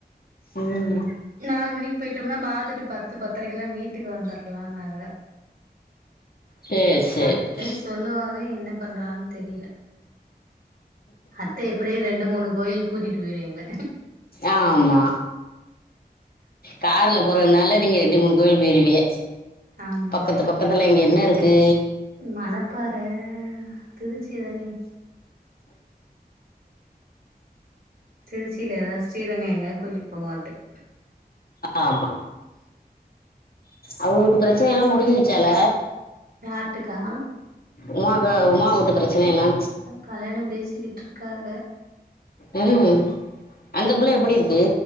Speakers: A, on the left (about 65°); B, on the right (about 65°).
A: ம்
B: நால் மணிக் போய்ட்டோம்னா பாத்துட்டு பத்து பத்தரைக்குல்லா வீட்டுக்கு வந்த கிலா நாங்க
A: சேரி சேரி
B: அப்டித்த சொல்லுவாக என்ன பண்றான் தெரியில அத்த எப்டியு ரெண்டு மூணு கோயிலு கூட்டிட்டு போய்டு எங்ள
A: ஆமா கார்ல போறதுனால நீங்க ரெண்டு மூணு கோயில் போயிருவிய
B: ஆமா
A: பக்கத்து பக்கத்துல இங்க என்னருக்கு
B: மணப்பாற திருச்சி தானே <inaudible> திருச்சியில ஏதாது ஸ்ரீரங்க எங்கயாது கூட்டிட்டு போவு <unintelligible>
A: ஆமா அவுங்களுக்கு ப்ரச்சனயெல்லா முடிஞ்சுடுச்சால
B: யார்ட்டுக்கா
A: உமாக்க உமா உட்டு ப்ரச்சனயெல்லா
B: கல்யாணோ பேசிக்கிட்டுருக்காக
A: ஓ அந்த புள்ள எப்டி இருக்கு